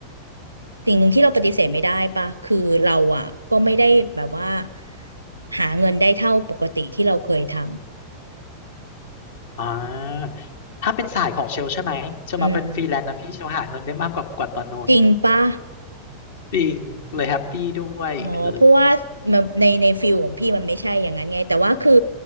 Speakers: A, on the right; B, on the left.
A: สิ่งหนึ่งที่เราปฏิเสธไม่ได้ป่ะคือเราอ่ะก็ไม่ได้แบบว่าหาเงินได้เท่าปกติที่เราเคยท
B: อ่าถ้าเป็นสายของเชลใช่ไหมเชลมาเป็นฟรีแลนซ์นะพี่เชลหาเงินได้มากกว่ากว่าตอนโน้น
A: ำอืมจริงป่ะ
B: จริงเลยแฮปปี้ด้วยเออ
A: อ๋อเพราะว่ามันในในฟิลของพี่มันไม่ใช่อย่างนั้นไงแต่ว่าคือ